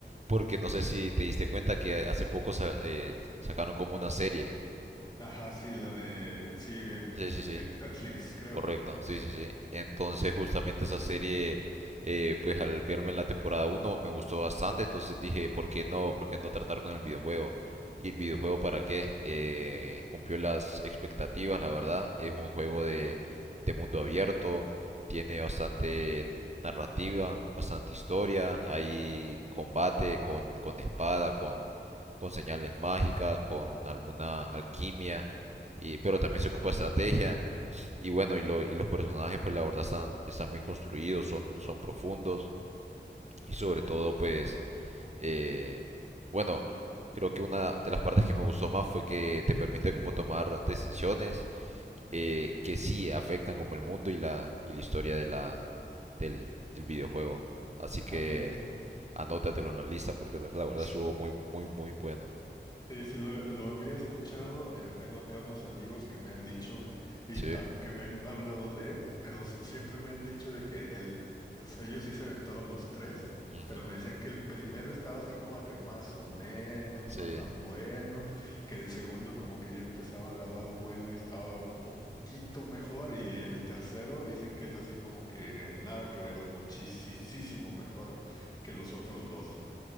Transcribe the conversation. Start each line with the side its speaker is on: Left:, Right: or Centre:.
Right: porque no sé si te diste cuenta que hace poco sa- eh, sacaron como una serie.
Left: Ajá, sí, la de... Sí, en
Right: Sí,
Left: el
Right: sí, sí.
Left: en Netflix, creo.
Right: Correcto, sí, sí, sí.
Left: Ajá.
Right: Entonces justamente esa serie, eh, pues al verme la temporada uno me gustó bastante, entonces dije, ¿por qué no? ¿Por qué no tratar con el videojuego? ¿Y el videojuego para qué? Eh, cumplió las expectativas, la verdad. Es un juego de, de mundo abierto, tiene bastante narrativa, bastante historia, hay combate con, con espada, con, con señales mágicas, con alguna alquimia, y, pero también se ocupa estrategia. Y bueno, y, lo, y los personajes pues la verdad están, están bien construidos, son, son profundos y sobre todo pues eh, bueno, creo que una de las partes que me gustó más fue que te permite como tomar decisiones eh, que sí afectan como el mundo y la, y la historia de la, del, del videojuego. Así
Left: Ah,
Right: que
Left: mira.
Right: anótatelo en la lista porque la verdad
Left: <laughs>
Right: estuvo muy, muy, muy bueno.
Left: Sí, sí, lo, lo había escuchado. Mira, tengo acá unos amigos que me han dicho y
Right: Sí.
Left: tam- que me han hablado de él, pero s- siempre me han dicho de que el, s- ellos sí se aventaron los tres,
Right: Ujú.
Left: pero me decían que el primero estaba así como que más o menos,
Right: Sí.
Left: no tan bueno, que el segundo como que ya empezaba a agarrar vuelo y estaba un poquito mejor, y el tercero dicen que es así como que nada que ver, muchísimo mejor que los otros dos.